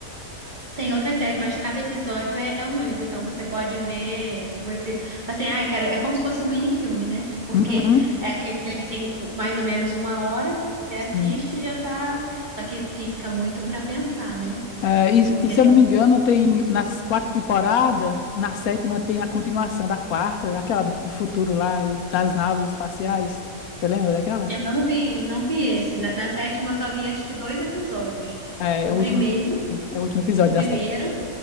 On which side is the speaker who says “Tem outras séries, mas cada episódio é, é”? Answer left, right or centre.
Right